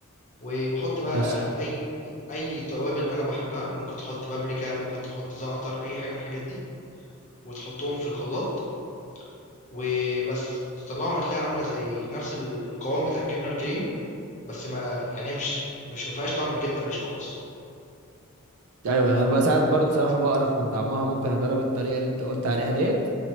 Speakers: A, on the left; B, on the right.
A: وبحط بقى
B: ماشي
A: اي اي توابل انا بحبها ممكن تحط بابريكا ممكن تحط زعتر اي حاجه من الحاجات دي وتحطهم في الخلاط وبس تطلعهم هتلاقيها عامله زي نفس ال- القوام بتاع الجبنه الكريمي بس ما يعني هي مش مش ما فيهاش طعم الجبنه القريش خالص
B: ايوه انا بساعات برضو صراحة بقرف من طعمها ممكن اجرب الطريقة اللي انت قلت عليها ديت